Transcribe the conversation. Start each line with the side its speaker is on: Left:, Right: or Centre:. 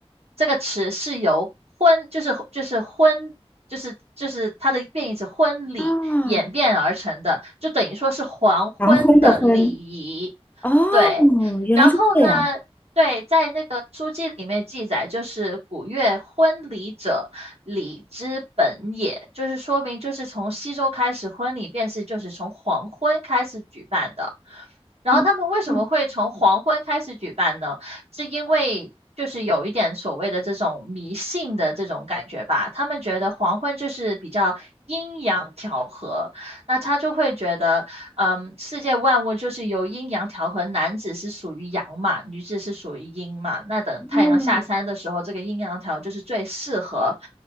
Right: 这个词是由“婚”就是就是“婚”就是就是它的变义词“婚礼”演变而成的，
Left: 啊，
Right: 就等于说是黄昏的礼仪。
Left: 黄昏的昏，哦，
Right: 对，
Left: 原来是这样。
Right: 然后呢，对，在那个书籍里面记载，就是古月婚礼者，礼之本也，就是说明就是从西周开始，婚礼便是就是从黄昏开始举办的。然后他们为什么会从黄昏开始举办呢？
Left: 哦嗯，
Right: 是因为就是有一点所谓的这种迷信的这种感觉吧。他们觉得黄昏就是比较阴阳调和，那他就会觉得，嗯，世界万物就是由阴阳调和，男子是属于阳嘛，女子是属于阴嘛。那等太阳下山的时候，
Left: 哦，
Right: 这个阴阳调就是最适合